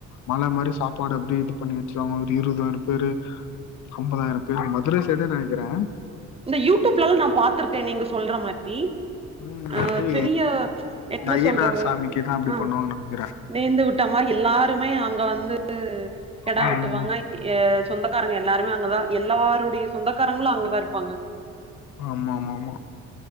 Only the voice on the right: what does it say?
இந்த யூடியூப்லல்லா நா பாத்திருக்கே நீங்க சொல்ற மாரி
ஆ
பெரிய என்ன
சொல்றது
அ
நேந்து விட்டமா எல்லாருமே அங்க வந்து கெடா
வெட்டுவாங்க எ சொந்தக்காரங்க எல்லாருமே அங்கதா எல்லாருடைய சொந்தக்காரங்களு அங்கதா இருப்பாங்க